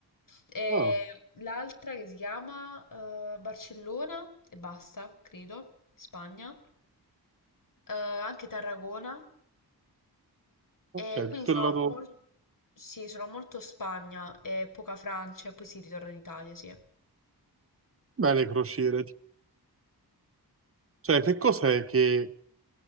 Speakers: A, on the left; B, on the right.
A: E
B: Ah,
A: l'altra che si chiama eh, Barcellona e basta, credo, Spagna, Eh, anche Tarragona.
B: ok,
A: E quindi
B: tutto
A: sono,
B: il lato...
A: mol- sì, sono molto Spagna e poca Francia e poi si ritorna in Italia, sì.
B: Beh, le crociere. Cioè, che cos'è che